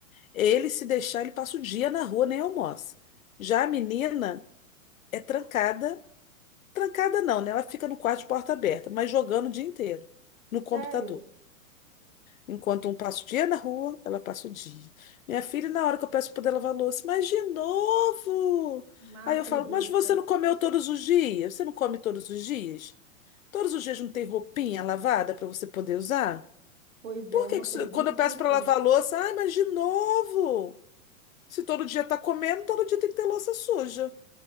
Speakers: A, on the left (about 70°); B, on the right (about 65°).
A: Ele, se deixar, ele passa o dia na rua, nem almoça. Já a menina é trancada. Trancada não, né? Ela fica no quarto de porta aberta, mas jogando o dia inteiro no computador.
B: sério,
A: Enquanto um passa o dia na rua, ela passa o dia. Minha filha, na hora que eu peço para ela lavar a louça, mas de novo?
B: uma
A: Aí
B: preguiça.
A: eu falo, mas você não comeu todos os dias? Você não come todos os dias? Todos os dias não tem roupinha lavada para você poder usar?
B: Pois é,
A: Por
B: uma
A: que
B: preguiça
A: que isso- quando eu
B: sem
A: peço para
B: fim.
A: lavar a louça, ai, mas de novo? Se todo dia tá comendo, todo dia tem que ter louça suja.